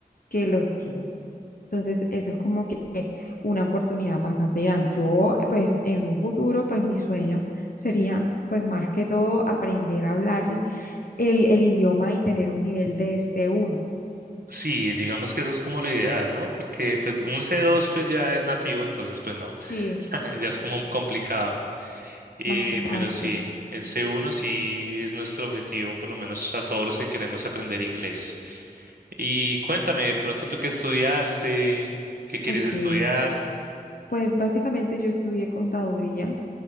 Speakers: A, on the left; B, on the right.
A: que los que no. Entonces, eso es como que una oportunidad bastante grande. Yo, pues, en un futuro, pues, mi sueño sería, pues, más que todo aprender a hablar, el, el idioma y tener un nivel de c uno
B: Sí, digamos que eso es como lo ideal, ¿no? Porque pues un c dos pues ya es nativo, entonces pues no,
A: Sí.
B: <laughs> ya es como complicado. Eh,
A: Bastante.
B: pero sí, el c uno sí es nuestro objetivo, por lo menos a todos los que queremos aprender inglés. Y cuéntame, de pronto tú qué estudiaste, qué quieres
A: Ok.
B: estudiar.
A: Pues básicamente yo estudié contaduría